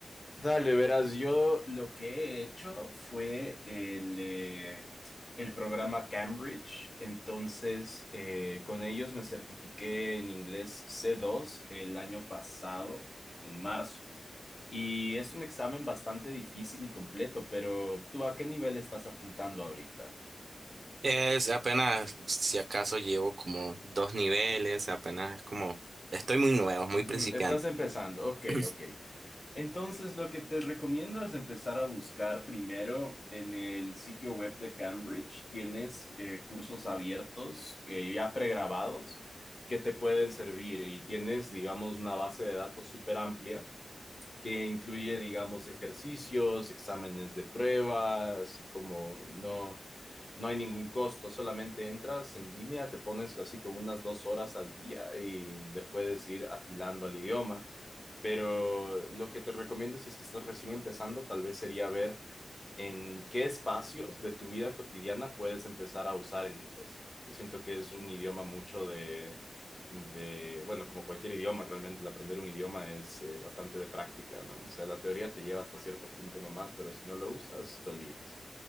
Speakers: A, on the left; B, on the right.
A: Dale, verás, yo lo que he hecho fue el, eh, el programa Cambridge, entonces eh, con ellos me certifiqué en inglés c dos el año pasado, en marzo, y es un examen bastante difícil y completo, pero ¿tú a qué nivel estás apuntando ahorita?
B: Es apenas, si acaso llevo como dos niveles, apenas es como, estoy muy nuevo,
A: Eh,
B: muy
A: ujú,
B: principiante.
A: Estás empezando, ok,
B: <clears throat>
A: ok. Entonces, lo que te recomiendo es empezar a buscar primero en el sitio web de Cambridge. Tienes eh, cursos abiertos, eh, ya pregrabados, que te pueden servir y tienes, digamos, una base de datos súper amplia que incluye, digamos, ejercicios, exámenes de prueba, así como no, no hay ningún costo, solamente entras en línea, te pones así como unas dos horas al día y le puedes ir afilando al idioma. Pero lo que te recomiendo si es que estás recién empezando, tal vez sería ver en qué espacios de tu vida cotidiana puedes empezar a usar el inglés. Yo siento que es un idioma mucho de, de bueno, como cualquier idioma, realmente el aprender un idioma es eh, bastante de práctica, ¿no? O sea, la teoría te lleva hasta cierto punto nomás, pero si no lo usas, te olvidas.